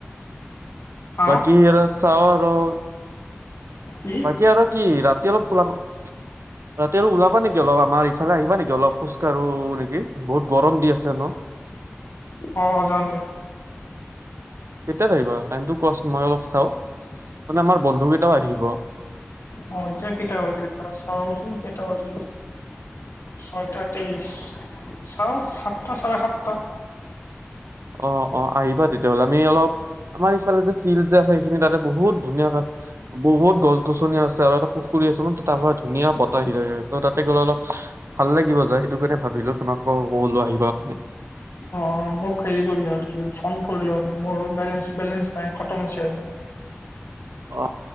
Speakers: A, on the left (about 75°); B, on the right (about 80°).
A: হা
B: বাকি এ ৰ চাও আৰু
A: কি
B: বাকী আৰু কি ৰাতি অলপ খলাবা ৰাতি অলপ ওলাবা নেকি। নে অলপ আমাৰ ইফালে আহিবা নেকি অলপ খোজকাঢ়ো নেকি বহুত গৰম দি আছে ন।
A: অ 'অ' জাম
B: কেতিয়া আহিবা। টাইমতটো কোৱাচোন মই অলপ চাও। মানে আমাৰ বন্ধু কেইটাও আহিব
A: অ' এতিয়া কেইটা বাজিল। ৰচোন কেইটাবাজিলে <unintelligible> ছয়টা তেইশ চাও সাতটা চাৰে সাতটা
B: অ 'অ' আহিবা তেতিয়াহ'লে আমি অলপ আমাৰ ইফালে যে ফিল্ড যে হয় এইখিনি তাতে বহুত ধুনীয়া তাত বহুত গছ গছনি আছে আৰু এটা ফুৰি আছো তাৰপৰ ধুনীয়া বতাহ আহি থাকে। ত' তাতে গ'লে অলপ ভাল লাগিব যায়। সেইটো কাৰণে ভাবিলো তোমাক কলো আহিবা কাৰণে
A: অ' মোক হেৰি কৰিলে আৰু কি ফোন কৰিলে মোৰ বলেঞ্চস না খটম হৈছে।
B: অ